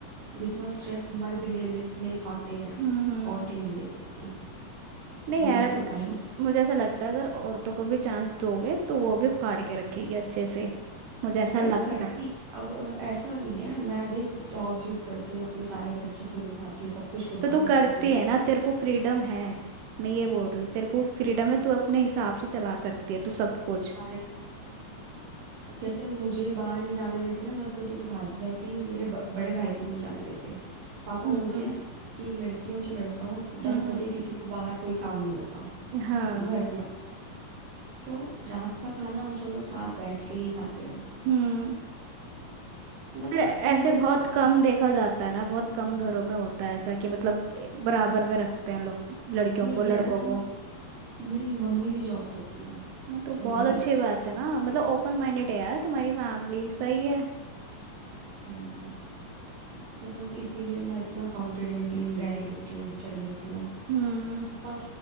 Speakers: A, on the right; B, on the right.
A: जितना स्ट्रेस मर्द ले ले, ले पाते हैं
B: हम्म हम्म
A: औरतें नहीं ले सकती
B: नहीं
A: मेरे
B: यार म-
A: को भाई
B: म- मुझे ऐसा लगता है अगर औरतों को भी चांस दोगे तो वो भी फाड़ के रखेगी अच्छे से मुझे ऐसा
A: भाई
B: लगता
A: करती
B: है
A: है। अब अ, ऐसा नहीं है मैं देख जॉब जॉब करती हूँ अपने सारे खर्चे खुद उठाती हूँ सब कुछ खुद
B: तो
A: मैनेज
B: तू करती
A: करती
B: है ना तेरे को फ्रीडम है मैं ये बोल रही हूँ तेरे को फ्रीडम है तू अपने हिसाब से चला सकती है तू सब कुछ
A: हूँ जैसे मुझे बाहर नहीं जाने देते ना दस बजे के बाद वैसे ही मेरे ब, बड़े भाई को भी नहीं जाने देते पापा
B: हम्म
A: बोलते
B: हम्म
A: हैं कि लड़की हो चाहे लड़का हो
B: हम्म
A: दस बजे किसी को बाहर कोई काम नहीं होता
B: हम्म, हाँ
A: घर में आओ। तो रात का खाना हम सब लोग साथ बैठ के ही खाते हैं
B: हम्म
A: मतलब
B: पर ऐसे
A: मेरे तो
B: बहुत
A: पापा
B: कम
A: का-
B: देखा जाता है ना बहुत कम घरों में होता है ऐसा कि मतलब बराबर में रखते हैं लोग लड़कियों
A: अरे
B: को
A: ये
B: लड़कों
A: है ना कि
B: को
A: मेरी मम्मी भी जॉब करती है
B: हाँ तो
A: तो
B: बहुत
A: भाई
B: अच्छी बात
A: फिर-
B: है ना मतलब ओपन माइंडेड है यार तुम्हारी फैमिली सही है
A: भाई मैं- तो बस इसीलिए मैं इतना कॉन्फिडेंटली रह लेती हूँ चल लेती हूँ
B: हम्म
A: और